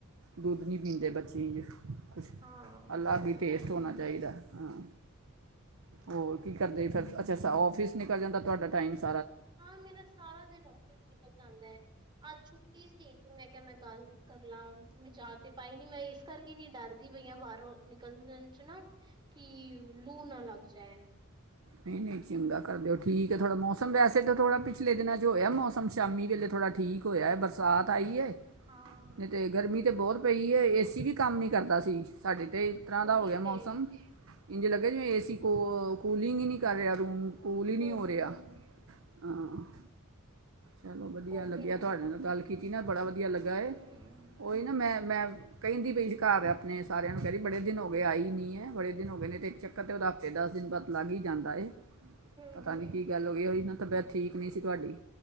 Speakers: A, on the right; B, on the right.
A: ਦੁੱਧ ਨਹੀਂ ਪੀਂਦੇ ਬੱਚਿਆਂ ਕੁਛ
B: ਹਾਂ
A: ਅਲੱਗ
B: ਉਹ
A: ਹੀ ਟੇਸਟ
B: ਤਾਂ ਹੈ
A: ਹੋਣਾ ਚਾਹੀਦਾ ਹਾਂ। ਹੋਰ ਕੀ ਕਰਦੇ ਜ
B: ਹਮ
A: ਫਿਰ ਅੱਛਾ ਅੱਛਾ
B: ਹਮ
A: ਔਫਿਸ ਨਿਕਲ ਜਾਂਦਾ। ਤੁਹਾਡਾ ਟਾਈਮਸ
B: ਹਾਂ ਮੇਰਾ ਸਾਰਾ ਦਿਨ ਆਫਿਸ ਨਿਕਲ ਜਾਂਦਾ ਹੈ। ਅੱਜ ਛੁੱਟੀ ਸੀ ਤੇ ਮੈਂ ਕਿਹਾ ਮੈਂ ਗੱਲ ਕਰ ਲਾਂ ਮੈਂ ਜਾ ਤੇ ਪਾਈ ਨੀ ਮੈਂ ਇਸ ਕਰਕੇ ਨੀ ਡਰਦੀ ਪਈ ਹ ਬਾਹਰੋਂ ਨਿਕਲਣ ਚ ਨਾ ਕੀ ਲੂ ਨਾ ਲੱਗ ਜਾਏ।
A: ਨਹੀਂ ਨਹੀਂ ਚੰਗਾ ਕਰਦੇ ਹੋ ਠੀਕ। ਥੋੜਾ ਮੌਸਮ ਵੈੇਸੇ
B: ਹੂੰ
A: ਤੇ ਥੋੜਾ ਪਿਛਲੇ ਦਿਨਾਂ 'ਚ ਹੋਇਆ ਮੌਸਮ ਸ਼ਾਮੀ ਵੇਲੇ ਥੋੜ੍ਹਾ ਠੀਕ ਹੋਇਆ। ਬਰਸਾਤ ਆਈ ਏ-
B: ਹਾਂ
A: ਨਈ ਤੇ ਗਰਮੀ ਤੇ ਬੋਤ ਪਈ ਏ। ਏਸੀ ਵੀ ਕੰਮ ਨੀ ਕਰਦਾ ਸੀ ਸਾਡੇ। ਤੇ ਇ ਤਰ੍ਹਾਂ
B: ਉਹੀ
A: ਦਾ ਹੋ ਗਿਆ ਮੌਸਮ-
B: ਤੇ
A: ਇੰਜ ਲੱਗੇ ਜਿਵੇਂ ਏ ਸੀ ਕੋ ਕੂਲਿੰਗ ਈ ਨਹੀਂ ਕਰ ਰਿਆ। ਰੂਮ- ਕੂਲ ਈ ਨੀ
B: ਹੂੰ-ਹੂੰ
A: ਹੋ ਰਿਆ। ਹਾਂ <inaudible> ਚਲੋ ਵਧੀਆ
B: ਉਹ
A: ਲੱਗਿਆ
B: ਤੇ ਹੈ
A: ਤੁਆਡੇ ਨਾਲ ਗੱਲ ਕੀਤ। ਈ ਨਾ ਬੜਾ ਵਧ- <inaudible> ਧੀਆ ਲੱਗਾ ਏ।
B: ਹੂੰ
A: ਉਹੀ ਨਾ ਮੈਂ- ਮੈਂ ਕਹਿੰਦੀ ਪਈ ਸੀ ਘਰ ਆਪਨੇ ਸਾਰਿਆਂ ਨੂੰ ਕਹਿ ਰਈ ਬੜੇ ਦਿਨ ਹੋ ਗਏ ਆਈ ਨੀ ਏ ਬੜੇ ਦਿਨ ਹੋ ਗਏ ਨੇ ਤੇ ਇੱਕ ਚੱਕਰ ਤਾਂ ਉਦਾ ਹਫ਼ਤੇ ਦਸ ਦਿਨ ਬਾਦ ਲੱਗ ਈ ਜਾਂਦਾ ਏ।
B: ਹੂੰ-ਹੂੰ
A: ਪਤਾ ਨੀ ਕੀ ਗੱਲ ਹੋਈ ਉਈ ਨਾ- ਤਬੀਅਤ ਠੀਕ ਨਹੀਂ ਸੀ ਤੁਆਡੀ।